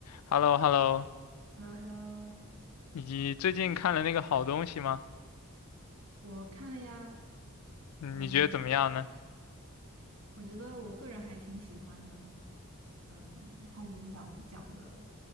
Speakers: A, on the left (about 80°); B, on the right (about 60°).
A: h e l l o h e l l o
B: h e l l o h e l l o
A: 你最近看了那个好东西吗？
B: 我看了呀，
A: 嗯你觉得怎么样呢？
B: 呃，我觉得我个人还挺喜欢的，嗯，它里面讲讲的，